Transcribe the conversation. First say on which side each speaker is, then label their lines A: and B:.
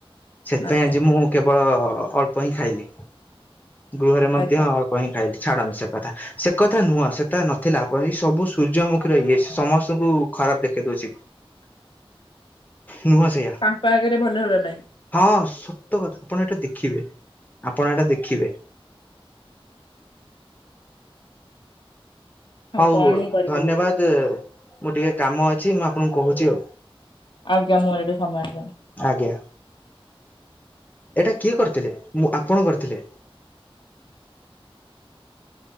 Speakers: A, on the left (about 15°); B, on the left (about 55°).
A: ସେଥପାଇଁ
B: ଆଜ୍ଞା
A: ଆଜି ମୁଁ କେବଳ ଅଳ୍ପ ହିଁ ଖାଇଲି। ଗୃହରେ ମଧ୍ୟ
B: ଆଜ୍ଞା
A: ଅଳ୍ପ ହିଁ ଖାଇଲି। ଛାଡ଼ନ୍ତୁ ସେ କଥା। ସେ କଥା ନୁହଁ। ସେଟା ନଥିଲା, ଆପ ଏଇ ସବୁ ସୂର୍ଯ୍ୟମୁଖୀର ଇଏ, ସେ ସମସ୍ତୁଙ୍କୁ ଖରାପ ଦେଖେଇ ଦଉଛି।
B: <inaudible>
A: ନୁହଁ ସେଇଆ
B: ତାଙ୍କ ଆଗରେ ଭଲ ହେବା ପାଇଁ
A: ହଁ, ସତ କଥା। ଆପଣ ଏଇଟା ଦେଖିବେ। ଆପଣ ଏଟା ଦେଖିବେ।
B: ଆଉ
A: ହଉ
B: କଣ ହିଁ କରିପାରିବା
A: ଧନ୍ୟବାଦ। ମୋର ଟିକେ କାମ ଅଛି। ମୁଁ ଆପଣଙ୍କୁ କହୁଛି ଆଉ।
B: ଆଜ୍ଞା ମୋର ଏବେ ସମୟ ହେଲାଣି।
A: ଆଜ୍ଞା ଏଇଟା କିଏ କରିଥିଲେ? ମୁଁ ଆପଣ କରିଥିଲେ।
B: <inaudible>